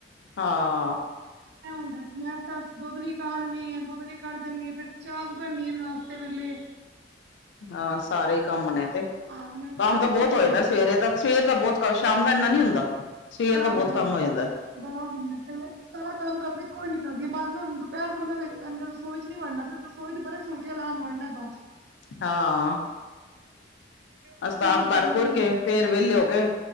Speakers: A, on the left; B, on the right.
A: ਹਾਂ
B: ਹੁੰ ਮੈਂ ਦੁੱਧ ਵੀ ਕਾਢਣੀ ਹੈ ਦੁੱਧ ਵੀ ਕੱਢ ਦੇਣਗੇ ਫਰ ਚਾਹ ਬਣਨੀ ਹੈ ਨਾਸ਼ਤੇ ਵੇਲੇ
A: ਹਾਂ ਸਾਰੇ ਹੀ ਕੰਮ ਨੇ ਤੇ
B: ਹਾਂ ਮੈਂ ਕਿਹਾ
A: ਕੰਮ
B: ਬੜੀ
A: ਤਾਂ
B: ਇੱਕ
A: ਬਹੁਤ
B: ਵਾਰੀ
A: ਹੋ ਜਾਂਦਾ ਸਵੇਰੇ ਦਾ ਸਵੇਰ ਦਾ ਬਹੁਤ ਕੰ ਸ਼ਾਮ ਦਾ ਇੰਨਾ ਨੀ ਹੁੰਦਾ ਸਵੇਰ
B: ਬੜਾ-ਬੜਾ-ਬੜਾ
A: ਦਾ ਬਹੁਤ ਕੰਮ ਹੋ ਜਾਂਦਾ
B: ਹੋ ਜਾਂਦਾ ਤੇ ਸਾਰਾ ਕੰਮ ਕਰਦੀ ਕੋਈ ਨੀ ਕਰਦੀ ਬਾਹਰ ਨਾ ਪੈਰ ਦੇ ਗਦੇ ਰਸੋਈ ਨੀ ਵੜਨਾ ਫਿਰ ਰਸੋਈਚ ਵੜਨਾ ਫੁਲਕੇ ਲਾਣ ਵੜਨਾ ਬਸ
A: ਹਾਂ
B: ਤੇ ਉਹ
A: ਅ ਸਾਫ
B: ਇੰਨੀ
A: ਕਰ
B: ਗਰਮੀ
A: ਘੁਰ
B: ਹੁੰਦੀ
A: ਕੇ
B: ਹੈ
A: ਫੇਰ ਵਿਹਲੇ ਹੋ ਕੇ